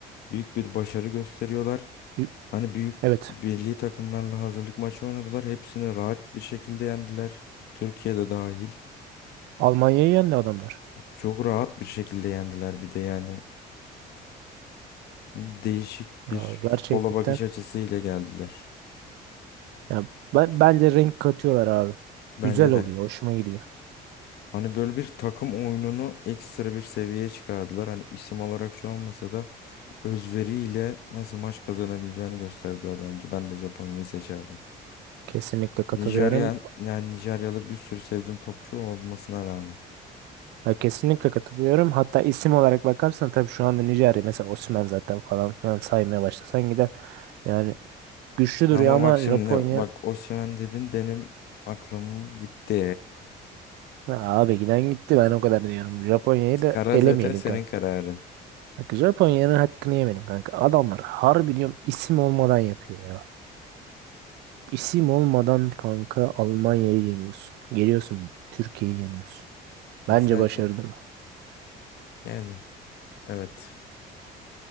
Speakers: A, on the left; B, on the right.
A: büyük bir başarı gösteriyorlar.
B: Y-
A: Hani büyük
B: Evet.
A: milli takımlarla hazırlık maçı oynadılar. Hepsini rahat bir şekilde yendiler. Türkiye'de dahil.
B: Almanya'yı yendi adamlar.
A: Çok rahat bir şekilde yendiler bir de yani. Değişik
B: Ya
A: bir
B: gerçekten.
A: futbola bakış açısıyla geldiler.
B: Ya ben, bence renk katıyorlar abi.
A: Bence
B: Güzel oluyor.
A: de.
B: Hoşuma gidiyor.
A: Hani böyle bir takım oyununu ekstra bir seviyeye çıkardılar. Hani isim olarak şu olmasa da özveriyle nasıl maç kazanabileceğini gösterdiler bence. Ben de Japonya'yı seçerdim.
B: Kesinlikle katılıyorum.
A: Nijerya'n yani Nijeryalı bir sürü sevdiğim topçu olmasına rağmen.
B: Ya kesinlikle katılıyorum. Hatta isim olarak bakarsan tabii şu anda Nijerya mesela Osimhen zaten falan filan saymaya başlasan gider. Yani güçlü duruyor
A: Ama
B: ama
A: bak şimdi
B: Japonya
A: bak Osimhen dedin benim aklım gitti.
B: Ya abi giden gitti ben o kadar diyorum. Japonya'yı da
A: Kara
B: elemeyelim
A: zaten senin
B: kanka.
A: kararın.
B: Bak Japonya'nın hakkını yemeyelim kanka. Adamlar harbi diyorum isim olmadan yapıyor ya. İsim olmadan kanka Almanya'yı yeniyorsun. Geliyorsun Türkiye'yi yeniyorsun. Bence
A: Mesaj.
B: başarıdır bu.
A: Yani evet.